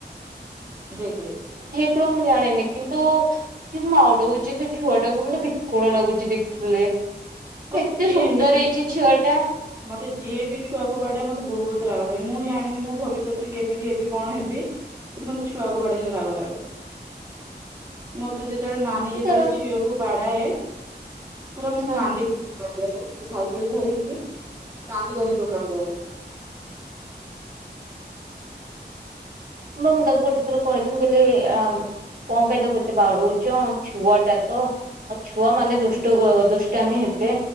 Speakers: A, on the right (about 15°); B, on the right (about 50°).
A: ଦେଖେ
B: ତେ ମୁଁ ଜାଣିନି କିନ୍ତୁ କି ବାଡ଼ଉଛି ସେ ଛୁଆ ଟାକୁ ବିକଳ ଲାଗୁଛି ଦେଖିଲେ।
A: ମତେ
B: ଏତେ
A: ଯିଏ
B: ସୁନ୍ଦର
A: ବି
B: ହେଇଛି ଛୁଆ ଟା
A: ମତେ ଯିଏ ବି ଛୁଆକୁ ଵାଡ଼ାଏ ମତେ ବହୁତ୍ ରାଗଲାଗେ ମୁଁ ଜାଣିନି ମୁଁ ଭବିସ୍ୱତରେ କେମିତି ହେବି କଣ ହେବି। କିନ୍ତୁ ମତେ ଛୁଆ କୁ ବାଡ଼େଇଲେ ରାଗ ଲାଗେ। ମତେ ଯେତେବେଳେ ନାନୀ ଯେତେବେଳେ
B: ସେ
A: ଝିଅକୁ ବାଡାଏ ପୁରା ମୁଁ
B: ହଁ
A: କନ୍ଦିକି <unintelligible> ସାଇକେଲ ଧରିକି। କାନ୍ଦି କାନ୍ଦି ଦୋକାନ ଯାଉନି।
B: ମୁ ମୁଁ ତାକୁ ଗୋଟେ ଥର କହିଲି ମୁଁ କହିଲି ଆ କଣ ପାଇଁ ତାକୁ ଏତେ ଵାଡଉଚ ଛୁଆଟା ତ ଆଉ ଛୁଆ ମାନେ ଦୁଷ୍ଟ କୁ ଆଉ ଦୁଷ୍ଟାମି ହେବେ